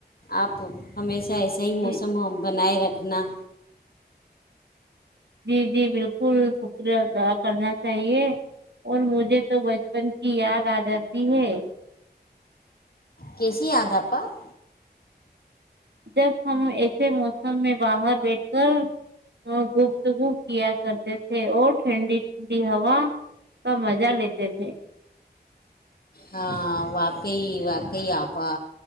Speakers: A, on the left (about 60°); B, on the right (about 80°).
A: اپ ہمیں ایسا ایسا ہی
B: جی
A: موسم ہو بنائے رکھنا
B: جی جی بالکل شکریہا کرنا چاہیے اور مجھے تو بچپن کی یاد آ جاتی ہے
A: ک سی یاادپ <unintelligible>
B: جب ہم ایسے موسم میں باہر بیٹھ کر گفتگو کیا کرتے تھے اور ٹھنڈی بھی ہوا کمج مجا لیتے تھے
A: ہاں واقعی واقعی آپا